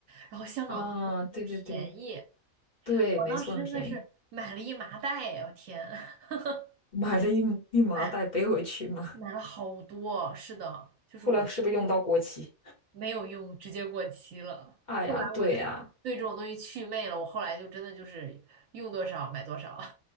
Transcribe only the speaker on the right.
然后香港的护肤品便宜，
我当时真的是买了一麻袋啊，
我天，<laughs>
买买了好多。是的，
就是我
没有用，直接过期了。
后来我就对这种东西祛魅了，
我后来就真的就是用多少买多少，<laughs>